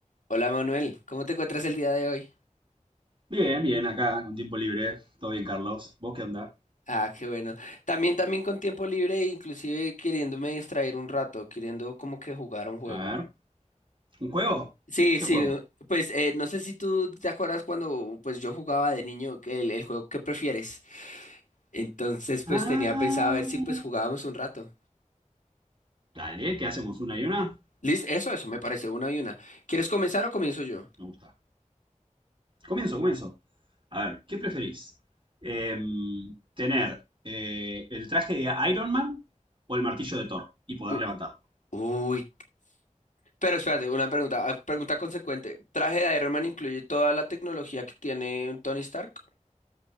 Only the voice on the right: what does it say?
Bien, bien, acá con tiempo libre. Todo bien, Carlos. ¿Vos qué onda?
A ver, ¿un juego?
¿Qué
juego?
Ah,
dale, ¿qué hacemos? ¿Una y una?
Me gusta. Comienzo, comienzo. A ver, ¿qué preferís? Em, ¿tener eh, el traje de Iron Man o el martillo de Thor y poder
levantarlo?